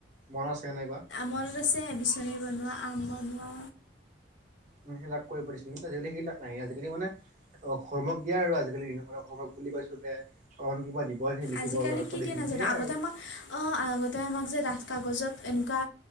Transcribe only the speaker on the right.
মনত আছেনে নাই বা?
সেইবিলাক কৰিছিলোঁ। কিন্তু আজিকালি সেইবিলাক নাই। আজিকালি মানে অ' হোৱৰ্ক দিয়া আৰু আজিকালি দিনৰ হোৱৰ্ক বুলি কয় চবেই। অকণ কিবা দিব এখিনি লিখিব
ল'ৰা
ছোৱালী
খিনি
সেয়ে
আৰু।